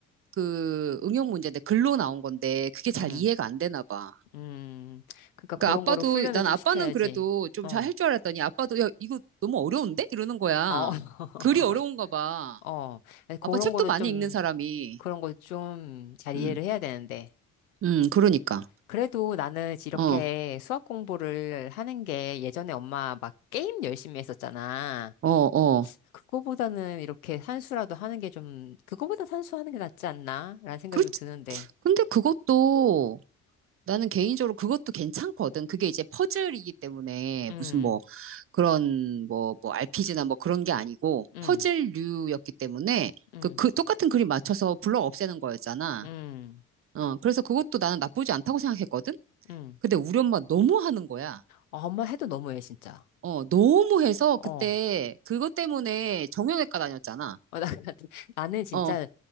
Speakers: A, on the right; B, on the left.
A: 그 응용 문제인데 글로 나온 건데 그게 잘
B: 음,
A: 이해가 안 되나 봐.
B: 음. 그러니까 그런
A: 그러니까 아빠도
B: 거로 훈련을
A: 난
B: 좀
A: 아빠는
B: 시켜야지.
A: 그래도 좀
B: 어.
A: 잘 할 줄 알았더니 아빠도 야 이거 너무 어려운데 이러는 거야.
B: 어, <laughs>
A: 글이 어려운가 봐.
B: 어, 아니, 그런
A: 아빠 책도
B: 거를
A: 많이
B: 좀,
A: 읽는 사람이.
B: 그런 걸 좀 잘 이해를
A: 음,
B: 해야 되는데.
A: 음, 그러니까.
B: 그래도 나는 이렇게
A: 어,
B: 수학 공부를 하는 게 예전에 엄마 막 게임 열심히 했었잖아.
A: 어, 어.
B: 그거보다는 이렇게 산수라도 하는 게 좀, 그거보다 산수 하는 게 낫지 않나? 라는 생각이
A: 그렇지.
B: 좀 드는데.
A: 근데 그것도 나는 개인적으로 그것도 괜찮거든. 그게 이제 퍼즐이기 때문에
B: 음,
A: 무슨 뭐 그런 뭐, 뭐 RPG나 뭐 그런 게 아니고
B: 음,
A: 퍼즐류였기 때문에
B: 음,
A: 그, 그 똑같은 그림 맞춰서 블럭 없애는 거였잖아.
B: 음,
A: 어, 그래서 그것도 나는 나쁘지 않다고 생각했거든?
B: 음.
A: 근데 우리 엄마 너무 하는 거야.
B: 아, 엄마 해도 너무해, 진짜.
A: 어, 너무 해서
B: 어.
A: 그때 그것 때문에 정형외과 다녔잖아.
B: 어, 나, <laughs> 나는 진짜
A: 어,